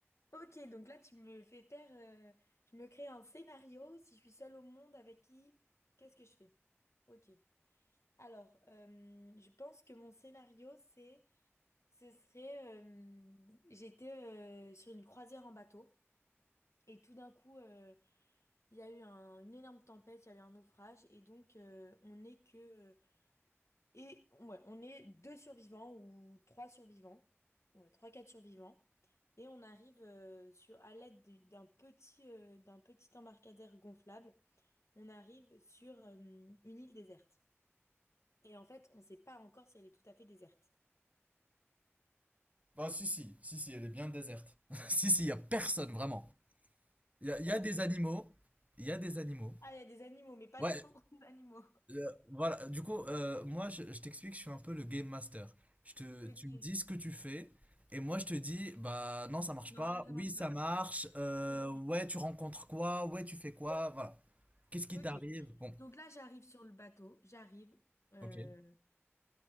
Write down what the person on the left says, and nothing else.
Ok, donc là, tu me fais faire. euh, je me crée un scénario. Si je suis seule au monde, avec qui? Qu'est-ce que je fais? Ok. Alors, euh, je pense que mon scénario, c'est. Ce serait. euh, j'étais euh, sur une croisière en bateau. Et tout d'un coup, euh, il y a eu un- une énorme tempête, il y a eu un naufrage. Et donc, euh, on n'est que. euh, et ouais, on est deux survivants ou trois survivants. Ouais, trois, quatre survivants. Et on arrive euh, sur à l'aide du- d'un petit euh, d'un petit embarcadère gonflable, on arrive sur euh, une île déserte. Et en fait, on ne sait pas encore si elle est tout à fait déserte.
Ok.
Ah, il y a des animaux, mais pas
des trop gros <laughs> animaux.
Ok.
Non,
là, ça
marche
pas.
Ok.
Ok.
Donc là, j'arrive sur le bateau. J'arrive. euh,